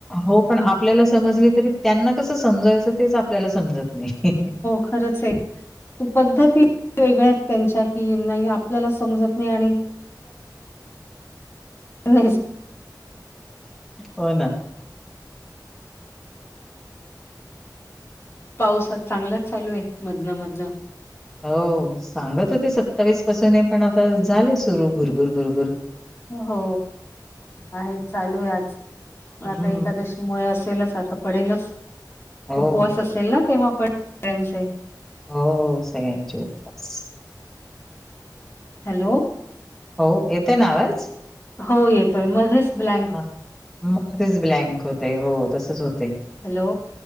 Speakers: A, in the centre; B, on the left.
A: हो पण
B: हं.
A: आपल्याला समजली तरी त्यांना कसं समजावायचं तेच आपल्याला समजत नाही.
B: खरंच एक.... त पद्धती वेगळ्यात त्यांच्या की नाही आपल्याला समजत नाही आणि.... नाही....
A: होय ना....
B: पाऊसात चांगलाच चालू आहे मधनं मधनं....
A: हो सांगत होते सत्तावीस पासून पण आता झाले सुरू भरभूर भरभूर....
B: हो आहे चालू आहे आज
A: हं.
B: आता एकादशी..... त्यामुळे असेलच आता पडेलच
A: हो,
B: उपवास असेल ना तेव्हा पण सगळ्याचे....
A: हो हो सगळ्यांचे उपवास.....
B: हॅलो....
A: हो येते ना आवाज...
B: हो येतोय मध्येच ब्लँक...
A: ह मग तेच ब्लँक होतय हो तसच होतय...
B: हॅलो